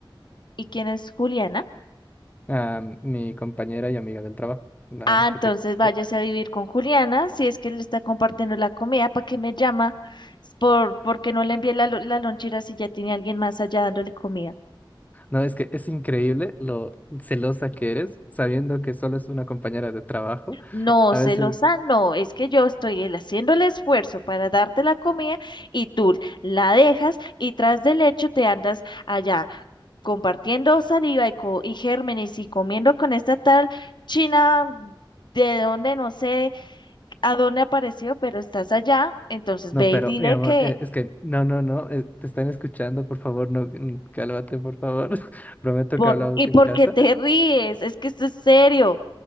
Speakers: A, on the left; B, on the left.
A: ¿Y quién es Juliana?
B: a mi compañera y amiga del trabajo, la
A: Ah, entonces
B: que te conté.
A: váyase a vivir con Juliana, si es que le está compartiendo la comida, ¿para qué me llama? Por, porque no le envié la, lo- la lonchera si ya tiene alguien más allá dándole comida.
B: No, es que es increíble lo celosa que eres, sabiendo que solo es una compañera de trabajo.
A: No,
B: A
A: celosa,
B: veces,
A: no, es que yo estoy el- haciendo el esfuerzo para darte la comida y tú la dejas y tras del hecho te andas allá compartiendo saliva y, co- y gérmenes y comiendo con esta tal china de donde no sé a dónde apareció, pero estás allá, entonces
B: no,
A: ve
B: pero
A: y dile
B: mi amor,
A: que
B: eh, es que no, no, no, eh, te están escuchando, por favor, no, mm, cálmate, por favor. <laughs> Prometo
A: Por,
B: que hablamos
A: ¿y
B: en
A: por
B: casa.
A: qué te ríes? Es que esto es serio.